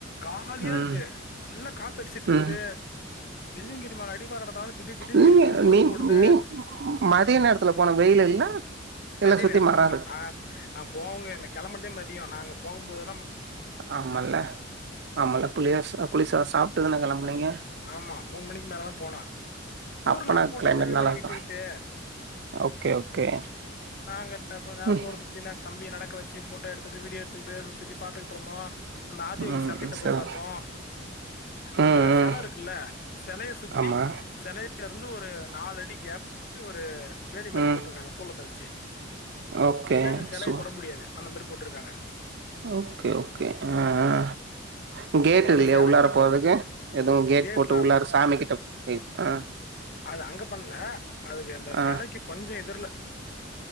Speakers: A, on the left; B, on the right.
A: காலியா
B: ம்,
A: இருக்கு நல்ல காத்து அடிச்சுட்டு இருக்குது
B: ம்.
A: பிள்ளிங்கிரி மல அடிவாரட்த் நால தடீர் தடீர்னு
B: நீங்க
A: இருட்டி இடி தூரல்
B: நீ
A: போடுது
B: நீ மதிய நேரத்துல போன வெயில் இல்ல?
A: மதிய
B: இல்ல சுத்தி
A: ‌நேரம்மா
B: மரம் இருக்கா?
A: நா நா போங்க நா கிளம்ன்தே மதிய நா அங்க போ ஒம்போது
B: ஆமால ஆமால புளியஸ் புளிசாத சாப்ட்டு தான கிளம்புனீங்க
A: ஆமா மூணு மணிக்கு மேல தா போன தூரல்
B: அப்பனா
A: வேற போட்டு
B: கிளைமேட்
A: கிட்டே
B: நல்லாருக்கும்.
A: மணி விட்டு விட்டு
B: ஓகே ஓகே.
A: நாங்க கொஞ்ச நேர
B: ம்
A: தூர சுத்திட்டே தம் தம்பியா நடக்க வச்சு ஃபோட்டோ எடுத்துட்டு வீடியோ எடுத்துட்டு சுத்தி பார்த்தக்கிட்டு இருந்தோ அந்த ஆதியோகி
B: ம்
A: சர்கிட்ட
B: சரி
A: போய் பாத்தோ
B: ம்
A: அந்த
B: ம்
A: செல இருக் இல்ல சிலைய சுத்தி
B: ஆமா.
A: சிலைய ல இருந்து ஒரு நாலு அடி கேப் ஒரு வேலி மாரி
B: ம்
A: போட்டுருக்காங்க சூளத்த வச்சு
B: ஓகே
A: நீ போய் அந்த சிலைய
B: சு
A: தொட முடியாது அந்த மாரி போட்டுருக்காங்க
B: ஓகே ஓகே ஆ ஆ கேட்
A: அப்புறம்
B: இல்லியா
A: அந்த சிலைக்கு
B: உள்ளார போறதுக்கு எதுவு கேட்
A: கேட்லாம்
B: போட்டு
A: இல்லை
B: உள்ளார சாமிக் கிட்ட ஆ
A: அது அங்க பண்ணல அதுக்கு இந்த
B: ஆ
A: சிலைக்கு கொஞ்ச எதிர்ல